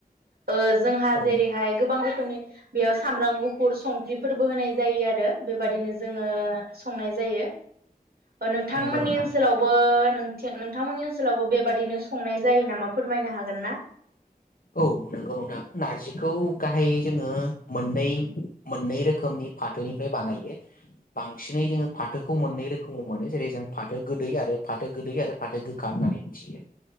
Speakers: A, on the right; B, on the left.
A: ओ जोंहा
B: औ
A: जेरैहाय गोबां रोखोमनि बेयाव सामब्राम गुफुर संख्रिफोरबो होनाय जायो आरो बेबादिनो जोंङो संनाय जायो। नोंथांमोननि
B: नंगौ नोंथां
A: ओनसोलावबो नों नोंथांमोननि ओनसोलावबो बेबादिनो संनाय जायो नामा फोरमायनो हागोन ना?
B: औ नंगौ नोंथां नारजि खौ गाहायै जोंङो मोननै मोननै रोखोमनि फाथोनिफ्राय बानायो। बांसिनै जोंङो फाथोखौ मोननै रोखोम <unintelligible> मोनो जेरै जों फाथो गोदै आरो फाथो गोदै आरो फाथो गोखा होननानै मिथियो।